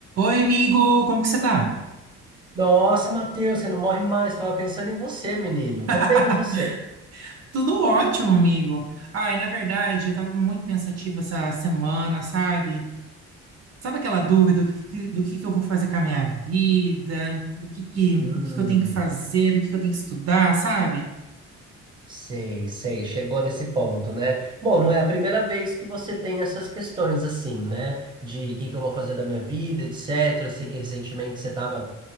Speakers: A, on the right (about 55°); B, on the right (about 15°).
A: Oi, amigo, como que você tá?
B: Nossa, Matheus, você não morre mais. Tava pensando em você, menino.
A: <laughs>
B: Tô bem, e você?
A: Tudo ótimo, amigo. Ai, na verdade, eu tava muito pensativa essa semana, sabe? Sabe aquela dúvida do que, que- do que que eu vou fazer com a minha vida? Do que que,
B: Hum,
A: o que que eu tenho que fazer? Do que que eu tenho que estudar, sabe?
B: sei, sei. Chegou nesse ponto, né? Bom, não é a primeira vez que você tem essas questões assim, né? De o que que eu vou fazer da minha vida, etc. Eu sei que recentemente você tava